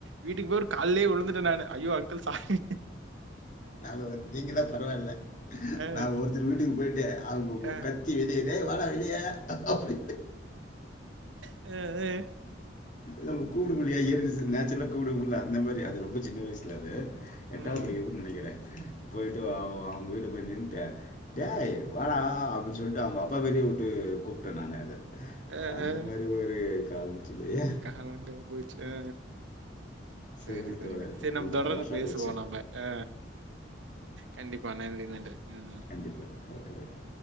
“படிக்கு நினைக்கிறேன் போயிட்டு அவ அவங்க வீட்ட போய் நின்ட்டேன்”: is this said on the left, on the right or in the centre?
Left